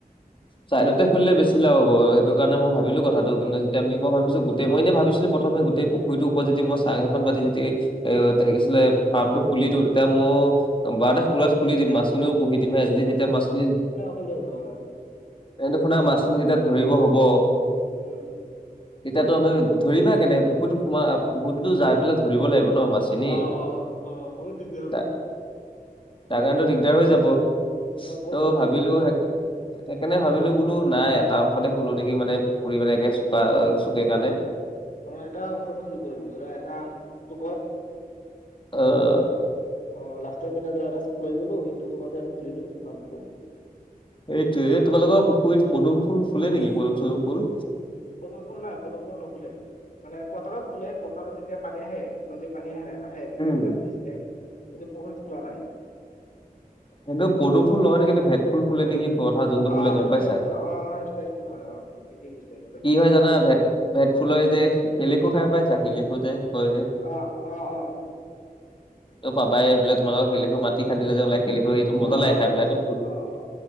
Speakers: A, on the left; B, on the left.
A: চাইদতে খুলিলে বেছি লাভ হ'ব সেইটো কাৰণে মই ভাবিলো
B: অ
A: কথা ত কিন্তু আমি মই ভিবিছো ই মইনে ভাবিছো প্ৰথমে গোতেই পুখুৰিতো ওপৰে মই চং এখন পাতি দেখিছিলে ফাৰ্মটো খুলি দিওঁ তেতিয়া মই বাৰতে খুলাত খুলি দিম মাছ খিনিও পুহি দিমহে যদি যেতিয়া মাছখিনি
B: ৰবা <unintelligible>
A: এনেখুনা মাছখিনি যেতিয়া ধৰিব হব
B: উম
A: তেতিয়াতো আমি ধৰিবা কেনেকে পুখুৰীতো সোমাই পুখুৰী যাই পেলাই ধৰিব লাগিব ন মাছ৷ ভিনি
B: অ অ অ বহুত দিগদাৰ হ'ব
A: তা তাৰ কাৰনেতো দিগদাৰ হৈ যাব৷
B: ধৰা পৌটিক
A: ত'
B: ধৰিব
A: ভাবিলো
B: তাৰ
A: সে-
B: কানে <unintelligible>
A: সেইকাৰণে ভাবিলো বোলো নাই এটা অংশতে খুলো নেকি মানে পুখুৰী মানে একে চুকা চুকে কাণে।
B: অ এটা অংশতে খুলিব লাগিব ধৰা এটা চুকত
A: অ
B: অ লাষ্টতৰ পিনে যাই এটা চুক লৈ ললো সেইটো চকতে আমি খুলিলো পাম্পটো৷
A: এইটোয়ে তোমালোকৰ পুখুৰীত পদুম ফুল ফুলে নেকি পদুম চদুম ফুল?
B: পদুম ফুল নাই পদুম ফুল নুফুলে মানে পথাৰত ফুলে পথাৰত যেতিয়া পানী আহে নদীৰ পানী আহে-আহে তেতিয়া
A: উম।
B: মানে ফুৰিছিলে কিন্তু পুখুৰীত ফুলা নাই৷
A: এইটো পদুমফুল নহয় নেকি এইটো ভেট ফুল ফুলে নেকি? পথাৰত যোনটো
B: অ
A: ফুলে গম
B: এইটো
A: পাইছা?
B: ভেটফুল অ সেইটো ভেটফুল হয় তই থিকেই কৈছা বেট
A: কি
B: ফুল।
A: হয় জানা ভেট ভেট ফুলৰ যে শিলিখু খাই পাইছা শিলিখু যে কয় যে
B: অ অ অ
A: ত পাবাই সেইফালে তোমালোক শিলিখু মাটি খান্ডিলে যে ওলাই শিলিখু এইটো মজা
B: অ
A: লাগে
B: অ
A: খাই
B: গম
A: পেলাই
B: পাইছো
A: এদম
B: অ অ